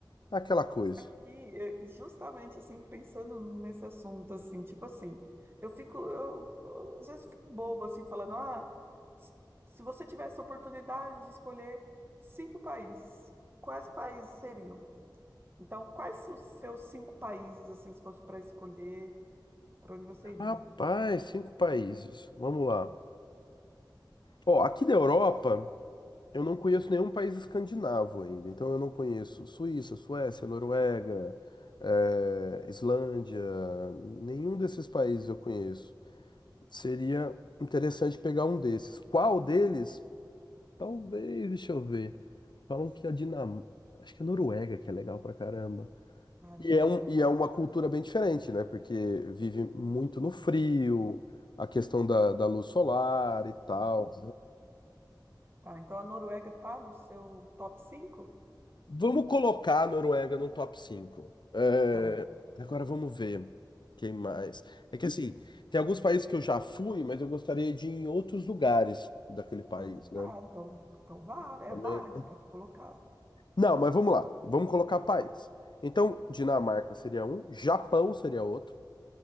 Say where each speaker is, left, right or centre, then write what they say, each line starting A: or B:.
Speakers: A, on the left; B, on the right.
A: aquela coisa.
B: Aqui, eh, justamente assim, pensando nesse assunto, assim, tipo assim, eu fico, eu, eu, às vezes fico boba, assim, falando, ah, s- se você tivesse a oportunidade de escolher cinco países, quais países seriam? Então, quais os seus cinco países, assim, se fosse para escolher, para onde você iria?
A: Rapaz, cinco países. Vamos lá. Ó, aqui da Europa, Eu não conheço nenhum país escandinavo ainda, então eu não conheço Suíça, Suécia, Noruega, eh, Islândia, nenhum desses países eu conheço. Seria interessante pegar um desses. Qual deles? Talvez, deixa eu ver. Falam que a Dinamarca, acho que a Noruega que é legal pra caramba.
B: Ah, Noruega,
A: E é, um,
B: legal.
A: e é uma cultura bem diferente, né? Porque vive muito no frio, a questão da, da luz solar e tal.
B: Tá, então a Noruega tá no seu top cinco?
A: Vamos colocar a Noruega no top 5. É,
B: Tá,
A: agora vamos ver quem mais. É que assim, tem alguns países que eu já fui, mas eu gostaria de ir em outros lugares daquele país,
B: ah,
A: né?
B: tá, então, então vale, é
A: Também.
B: válido,
A: é
B: pode colocar.
A: Não, mas vamos lá. Vamos colocar país. Então, Dinamarca seria um, Japão seria outro.